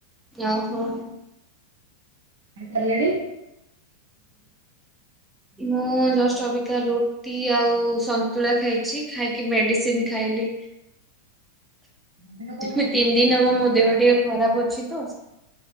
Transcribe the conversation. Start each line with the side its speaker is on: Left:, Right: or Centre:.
Centre: ଓହୋ।
Right: ଖାଇ ସାରିଲଣି?
Centre: ମୁଁ ଜଷ୍ଟ ଅବିକା ରୁ ଟି ଆଉ ସନ୍ତୁଳା ଖାଇଛି। ଖାଇକି ମେଡିସିନ୍ ଖାଇଲି।
Right: ଦେହ କଣ
Centre: ଦୁଇ
Right: ହଉଛି?
Centre: ତିନି ଦିନ ହବ ମୋ ଦେହ ଟିକେ ଖରାପ ଅଛି ତ।